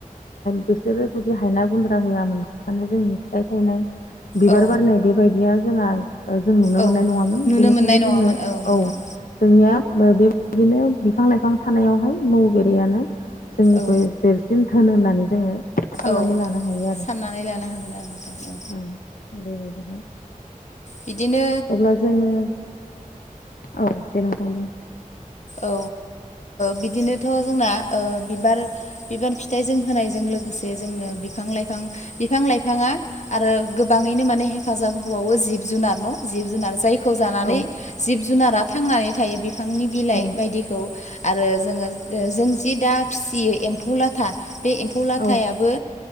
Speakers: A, on the left; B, on the left.
A: बिसोरो जुदि हायना गुन्द्रा होआमोन माने जोंनि फिथाइ थायनाय बिबार
B: औ
A: बारनाय बे बेबायायदिया जोंहा जों नुनो
B: औ
A: मोननाय नङामोन
B: नुनो
A: बेनिखायनो
B: मोननाय नङामोन
A: जोङो
B: नोंथां
A: औ जोंनिया बेबायदिनो बिफां लाइफां थानायावहाय म बेरेानो जोंनिख्रुइ
B: औ
A: देरसिन थोन होननानै जोङो साननानै
B: औ
A: लानो हायो आरो
B: साननानै लानो हागोन आरो नोंथां औ
A: आं बेबायदिहाय
B: बिदिनो
A: अब्ला जोङो औ दां थां द
B: औ बिदिनोथ' जोंना बिबार बिबार फिथाइजों होनायजों लोगोसे जोंनो बिफां लाइफां बिफां लाइफाङा आरो गोबाङैनो माने हेफाजाब होबावो जिब जुनार न जिब जुनार जायखौ जानानै
A: औ
B: जिब जुनारा थांनानै थायो बिफांनि बिलाइ
A: औ
B: बायदि आरो जो जों जि दा फिसियो एम्फौ लाथा बे एम्फौ लाथायाबो
A: औ